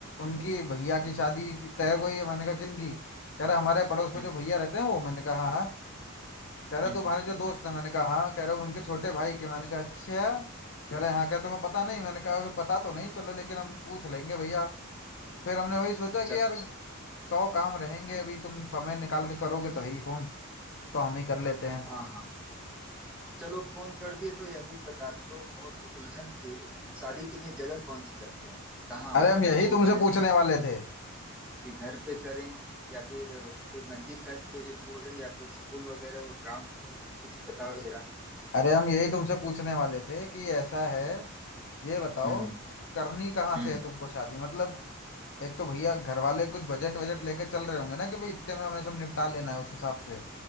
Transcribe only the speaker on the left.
उनकी भैया की
शादी की तय हो गई है मैंने कहा किन की कह रहा हमारे पड़ोस
में जो भैया रहते हैं वो मैंने कहा हाँ हाँ कह रहे
तुम्हारे जो दोस्त हैं मैंने कहा हाँ कह रहे उनके छोटे भाई के मैंने कहा अच्छा कह रहे हाँ कह रहे तुम्हें
पता नहीं मैंने कहा अभी पता तो नहीं चलो लेकिन हम पूछ लेंगे भैया फिर हमने वही सोचा
कि यार सौ काम रहेंगे अभी तुम समय निकाल के करोगे तो है ही फोन तो हम ही कर लेते
हैं
अरे
हम यही
तुमसे
पूछने वाले थे
अरे हम यही तुमसे पूछने वाले थे कि ऐसा है ये बताओ
करनी कहाँ
से है तुमको शादी मतलब एक तो भैया घर वाले कुछ बजट वजट लेके चल रहे होंगे ना कि भाई इतने में हमें सब निपटा लेना है उस हिसाब से